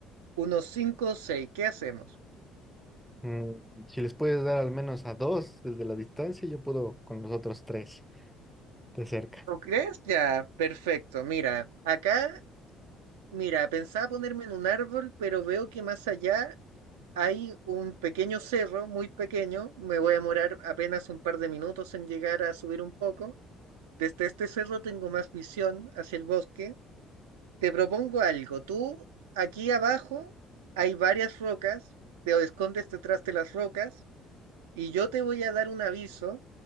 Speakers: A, on the right; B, in the centre.
A: unos cinco o seis. ¿Qué hacemos?
B: Mm, si les puedes dar al menos a dos desde la distancia, yo puedo con los otros tres de cerca.
A: ¿Lo crees? Ya, perfecto. Mira, acá, mira, pensaba ponerme en un árbol, pero veo que más allá hay un pequeño cerro, muy pequeño. Me voy a demorar apenas un par de minutos en llegar a subir un poco. Desde este cerro tengo más visión hacia el bosque. Te propongo algo. Tú, aquí abajo, hay varias rocas, te escondes detrás de las rocas y yo te voy a dar un aviso